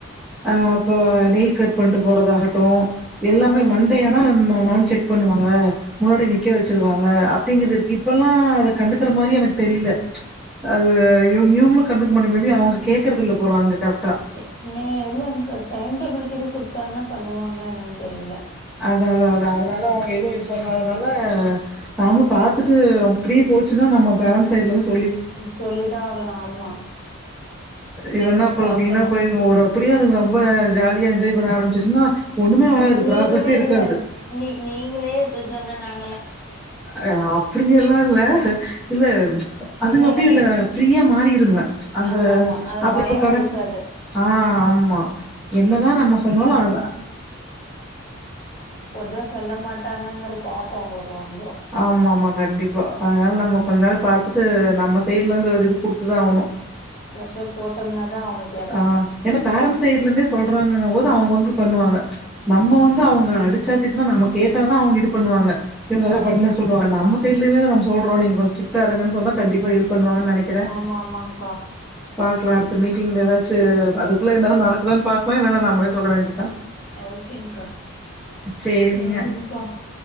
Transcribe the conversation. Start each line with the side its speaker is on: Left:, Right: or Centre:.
Centre: ஆ இப்போ நெல் கட் பண்ணிட்டு போறதாகட்டும் எல்லாமே
Left: ஆமா ஆமாங்கா
Centre: மண்டேயானா மேம் செக் பண்ணுவாங்க முன்னாடி நிக்க வெச்சிருவாங்க அப்டிங்கறதுக்கு இப்பெ எல்லா அதை கண்டுக்கற மாரி எனக்கு தெரியல அது இவ இவங்களும் கண்டுக்க முடியுமம அவங்க கேக்குறத இல்ல போலா அங்க கரெக்டா
Left: எ- மே இல்லங்க டைம் டேபிள்க இது குடுத்தாங்கன்னா பண்ணுவாங்களா என்னன்னு தெரியல
Centre: அத அத அதான் அதனால அவங்க எதுவும் இது பண்ணாதனால நாம பாத்துட்டு அப்டியே போச்சுன்னா நம்ம பேரண்ட்ஸ் சைட்ல இருந்து
Left: சொல்லிதான் ஆகணு ஆமா கேட்டு
Centre: இல்ன்னா அப்றோ
Left: பாக்கணு
Centre: வீணா போயிரு ஒரு அப்படியே அதுங்க ரொம்ப ஜாலியா என்ஜாய் பண்ண ஆரம்பிச்சுச்சுன்னா ஒண்ணுமே ஆராது
Left: நீ நீங்களே
Centre: ப்ராகரஸே இருக்காது
Left: இல்ல நீ நீங்களே இப்டி சொன்ன நாங்
Centre: ஆ அப்டி எல்லாம் இல்ல இல்ல அதுங்க
Left: இல்ல இல்லங்கா
Centre: அப்படிய இ ஃப்ரீயா மாறிருங்க அந்த
Left: ஆமா ஆமா அது
Centre: அப்றோ
Left: பயோ
Centre: கடசி
Left: இருக்காது
Centre: ஆ ஆமா என்ன தான் நம்ம சொன்னாலும் அதான்
Left: ஒத்து சொல்ல மாட்டாங்கங்கற தாட் அவங்களுக்கு வந்துரு
Centre: ஆம்மாமா கண்டிப்பா அதனால நம்ம கொஞ்ச நாள் பாத்துட்டு நம்ம சைட்ல இருந்து ஒரு இது குடுத்துதா ஆவ்ணு
Left: ப்ரஷர் போட்டம்னா தா அவங்க கேப்பாங்க
Centre: ஆ ஏன்னா பேரண்ஸ் சைட்ல இருந்தே சொல்றாங்கங்கு போது அவங்க வந்து பண்ணுவாங்க நம்ம வந்து அவங்க அடிச்சா திட்னா நம்ம கேட்டாதா அவங்க இது பண்ணுவாங்க இவங்க
Left: ம்
Centre: பண்ண சொல்லுவாங்க நம்ம சைடல இருந்தே நம் சொல்றோ நீங்க கொஞ்ச சிட்டா இருங்கன் சொன்னா கண்டிப்பா இது பண்ணுவாங்கன் நனைக்கறறே
Left: ஆமா ஆமாங்க்கா
Centre: பாக்லா அடுத்த மீட்டிங்ல ஏதாச்சி அதுக்குள்ள என்னாது நடக்குதான் பாக்கலா இல்லன்னா நம்ளே சொல்ல வேண்டி தா
Left: ஓகேங்கா
Centre: சேரிங்க
Left: செரிங்கா